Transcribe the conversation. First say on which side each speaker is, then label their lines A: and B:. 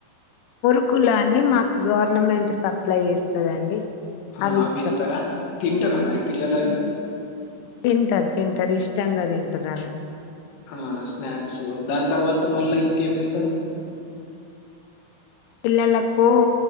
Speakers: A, on the left; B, on the left.
A: మురుకులు అని మాకు గవర్నమెంట్ స అప్లై చేస్తదండి
B: ఆ
A: అవి ఇస్తాం
B: అవిస్తార తిన్ టర అమారి పిల్లలు అవి
A: తింటారు తింటారు ఇష్టాంగా తింటారు అవి
B: ఆ స్నాక్స్ దాని తర్వాత మళ్ళా ఇంకేమి ఇస్తారు
A: పిల్లలకు